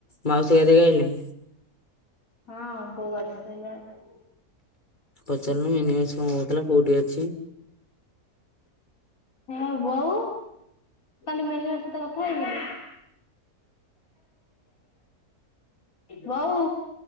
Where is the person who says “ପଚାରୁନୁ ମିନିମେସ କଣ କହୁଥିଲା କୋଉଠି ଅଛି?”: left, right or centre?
Left